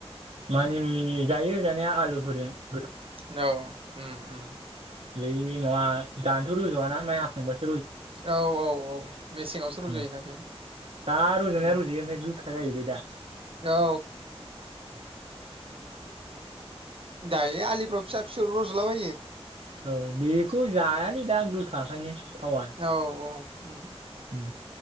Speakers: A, on the right; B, on the right.
A: मानि मुनि जायो जानाया आलुफोरजों।
B: औ ओम ओम
A: बेै नंङा <inaudible> जवा ना म हाखां <inaudible>
B: औ औ औ मेसेङावसो रज'योना
A: उम
B: बेयो
A: दा रज'नाया
B: ओम
A: रज'यो ओमफ्राय गोखा जायोलै दा
B: औ। दायो आलिफ्राव फिसा-फिसौ रज'लाबायो
A: औ बेखौ जायालै दा गोखाखायनो थावा
B: औ औ ओम
A: उम